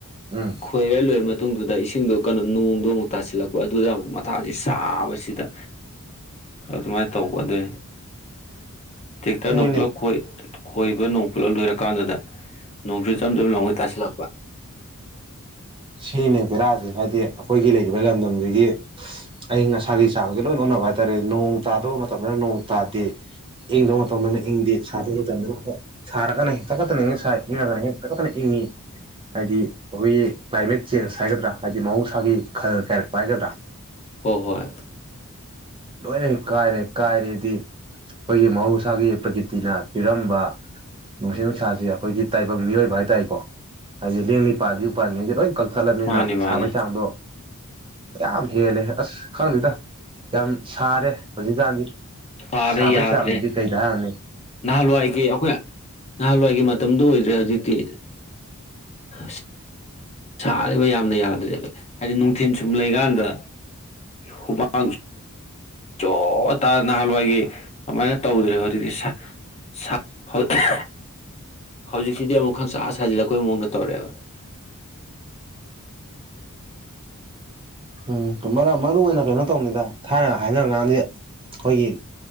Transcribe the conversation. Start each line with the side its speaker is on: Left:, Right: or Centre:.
Right: ꯎꯝ
Left: ꯈꯣꯏꯍꯜꯂꯣꯏꯔ ꯃꯇꯨꯡꯗꯨꯗ ꯏꯁꯤꯡ ꯁꯤꯡꯗꯣ ꯀꯩꯅꯣ ꯅꯣꯡꯗꯣ ꯑꯃꯨꯛ ꯇꯥꯁꯤꯜꯂꯛꯄ ꯑꯗꯨꯗ ꯑꯃꯨꯛ ꯃꯊꯥꯁꯦ ꯁꯥꯕꯁꯤꯗ ꯑꯗꯨꯃꯥꯏꯅ ꯇꯧꯕ ꯑꯗꯨꯏ ꯛꯇꯔ
Right: ꯁꯤꯅꯤꯅꯦ
Left: ꯅ ꯎꯂꯣ ꯑꯣꯏꯣꯏ ꯈꯣꯏꯕ ꯅꯣꯡ ꯄꯨꯜꯂꯞ ꯂꯣꯏꯔꯀꯥꯟꯗꯨꯗ ꯅꯣꯡꯆꯨ ꯆꯝ ꯆꯝ ꯂꯉꯩ ꯇꯥꯁꯤꯜꯂꯛꯄ
Right: ꯁꯤꯅꯦ ꯕꯦꯔꯥꯁꯦ ꯍꯥꯏꯗꯤ ꯑꯩꯈꯣꯏꯒꯤ ꯂꯩꯔꯤꯕ ꯂꯝꯗꯝꯁꯤꯒꯤ ꯑꯏꯪ ꯑꯁꯥꯒꯤ ꯆꯥꯡꯁꯦ ꯂꯣꯏ ꯑꯣꯟꯅꯕ ꯍꯥꯏꯇꯥꯔꯦ ꯅꯣꯡ ꯇꯥꯗꯕ ꯃꯇꯝꯗꯅ ꯅꯣꯡ ꯇꯥꯗꯦ ꯏꯪꯗꯕ ꯃꯇꯝꯗꯅ ꯏꯪꯗꯦ ꯁꯥꯗꯕ ꯃꯇꯝꯗꯅ ꯁꯥꯔꯒꯅ ꯍꯦꯛꯇ ꯀꯠꯇꯅ ꯏꯪꯉꯒꯅ ꯍꯦꯛꯇ ꯀꯠꯇꯅ ꯏꯪꯉꯤ ꯍꯥꯏꯗꯤ ꯑꯩꯈꯣꯏꯒꯤ ꯀ꯭ꯂꯥꯏꯃꯦꯠ ꯆꯦꯟꯖ ꯍꯥꯏꯒꯗ꯭ꯔꯥ ꯍꯥꯏꯕꯗꯤ ꯃꯍꯧꯁꯥꯒꯤ ꯈꯜ ꯀꯥꯏꯔꯛꯄ ꯍꯥꯏꯒꯗ꯭ꯔꯥ
Left: ꯍ ꯍꯣꯏ
Right: ꯅꯦ ꯀꯥꯔꯦ ꯀꯥꯔꯗꯤ ꯑꯩꯈꯣꯏꯒꯤ ꯃꯍꯧꯁꯥꯒꯤ ꯄ꯭ꯔꯀꯤꯇꯤꯅ ꯄꯤꯔꯝꯕ ꯅꯨꯡꯁꯥ ꯅꯨꯡꯁꯥꯁꯤ ꯑꯩꯈꯣꯏꯒꯤ ꯇꯥꯏꯕꯪ ꯃꯤꯑꯣꯏꯕ ꯍꯥꯏꯇꯥꯔꯦꯀꯣ ꯍꯥꯏꯗꯤ ꯂꯦꯡꯅꯤ ꯄꯥꯗꯤ ꯄꯥꯅꯤꯉꯩ ꯀꯛꯊꯠꯂꯅꯤꯅ
Left: ꯃꯥꯅꯤ ꯃꯥꯅꯤ
Right: ꯁꯥꯕꯩ ꯆꯥꯡꯗꯣ ꯌꯥꯝ ꯍꯦꯜꯂꯦ ꯑꯁ ꯈꯪꯗꯦꯗ ꯌꯥꯝ ꯁꯥꯔꯦ ꯍꯧꯖꯤꯛꯀꯥꯟꯗꯤ
Left: ꯁꯥꯔꯦ
Right: ꯁꯥꯕꯩ
Left: ꯌꯥꯗ꯭ꯔꯦ
Right: ꯆꯥꯕꯅꯤꯗꯤ ꯀꯩꯗ ꯍꯥꯏꯔꯅꯤ
Left: ꯅꯍꯥꯟꯋꯥꯏꯒꯤ ꯑꯩꯈꯣꯏ ꯅꯍꯥꯟꯋꯥꯏꯒꯤ ꯃꯇꯝꯗꯨꯣ ꯑꯣꯏꯗ꯭ꯔꯦ ꯍꯧꯖꯤꯛꯇꯤ ꯑ ꯁꯥꯔꯤꯕ ꯌꯥꯝꯅ ꯌꯥꯗ꯭ꯔꯦꯕ ꯍꯥꯏꯗꯤ ꯅꯨꯡꯊꯤꯜ ꯁꯨꯝ ꯂꯩꯀꯥꯟꯗ ꯍꯨꯃꯥꯡ ꯆꯣ ꯇꯥ ꯅꯍꯥꯟꯋꯥꯏꯒꯤ ꯑꯗꯨꯃꯥꯏꯅ ꯇꯧꯗ꯭ꯔꯦꯕ ꯍꯧꯖꯤꯛꯇꯤ ꯍꯧꯖꯤꯛꯁꯤꯗꯤ ꯑꯃꯨꯛ ꯈꯪꯁꯥ ꯁꯥꯖꯤꯜꯂꯛꯄꯩ ꯃꯑꯣꯡꯗ ꯇꯧꯔꯛꯑꯦꯕ
Right: ꯎꯝ ꯃꯔꯨꯏ ꯑꯣꯏꯅ ꯀꯩꯅꯣ ꯇꯧꯕꯅꯤꯗ ꯊꯥꯏꯅ ꯍꯥꯏꯅꯔꯀꯥꯟꯗꯤ ꯑꯩꯈꯣꯏꯒꯤ